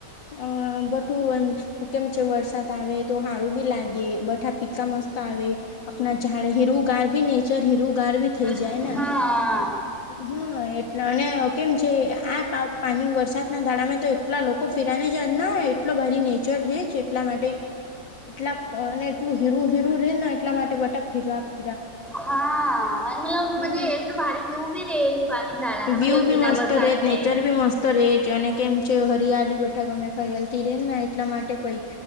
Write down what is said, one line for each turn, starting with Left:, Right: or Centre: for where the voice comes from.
Left: અ બધું એમ. કેમ છે, વરસાદ આવે તો સારું બી લાગે. બઠા પીકા મસ્ત આવે, આપણા ઝાડ ની હીરુગાર, ભી નેચર હીરુગાર ભી. થઈ
Centre: એમ
Left: જાય ને.
Centre: હા
Left: હા, એટલે, અને કેમ છે, આ પા પાણી, વરસાદ દાડામાં તો એટલા લોકો ફિરાને જ જ, ના એટલો બારી નેચર છે, એટલા માટે. એટલા, અને એટલું હીરું હીરું રે ને, એટલા માટે બટા હીરો આપે.
Centre: હા, અને મતલબ
Left: હમ
Centre: જ એટલું ભારે એવું ભી રહે, પાણી દાણા
Left: વ્યૂ
Centre: મતલબ
Left: બી
Centre: વિના
Left: મસ્ત
Centre: વરસાદ.
Left: રહે
Centre: તમે
Left: નેચર બી મસ્ત રહે. જે, અને કેમ છે, હરિયાળલી બેઠક, અમે પયાલતી રેને, એટલા માટે પઈ.